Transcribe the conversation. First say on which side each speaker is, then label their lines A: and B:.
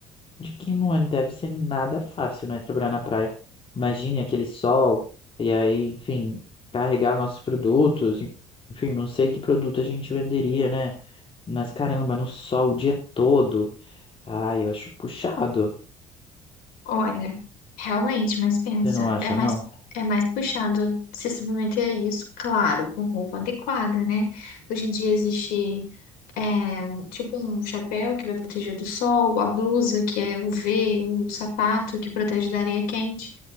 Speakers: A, on the left; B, on the left.
A: De que não é- deve ser nada fácil, né? Trabalhar na praia. Imagine aquele sol, e aí, enfim, carregar nossos produtos. Enfim, não sei que produto a gente venderia, né? Mas caramba, no sol o dia todo. Ai, eu acho puxado.
B: Olha, realmente, mas pensa,
A: Você não acha,
B: é mais,
A: não?
B: é mais puxado se submeter a isso, claro, com roupa adequada, né? Hoje em dia existe é, um- tipo um chapéu que vai proteger do sol, a blusa que é U V, um sapato que protege da areia quente.